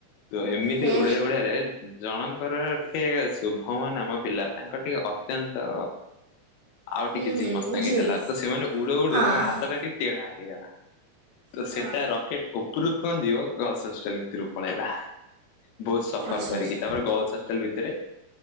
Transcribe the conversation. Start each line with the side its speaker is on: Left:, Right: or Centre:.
Left: ତ ଏମିତି
Right: ହୁଁ
Left: ଉଡିଆ ଓଡିଆରେ ଜଣଙ୍କର ଟିକେ ଶୁଭମ ନାମ ପିଲା ତାଙ୍କର ଟିକେ ଅତ୍ୟନ୍ତ ଆଉ
Right: ହୁଁ
Left: ଟିକେ
Right: ହୁଁ
Left: ଜି ମସ୍ତାଙ୍ଗି
Right: ବୁଝିଗଲି।
Left: ହେଲା ତ ସେମାନେ ଉଡଉ ଉଡଉ
Right: ଆ
Left: ତାଙ୍କ ହାତ
Right: ହଁ।
Left: ଟା ଟିକେ ତେଢା ହେଇଗଲା। ତ
Right: ହଁ
Left: ସେଟା ରକେଟ ଉପୁରୁ କଣ ଯିବ ଗର୍ଲସ ହଷ୍ଟେଲ ଭିତରକୁ ପଳେଇଲା। ବହୁତ ସଫର
Right: ଆଚ୍ଛା
Left: କରିକି
Right: ଆଚ୍ଛା
Left: ତାପରେ ଗଲସ ହଷ୍ଟେଲ ଭିତରେ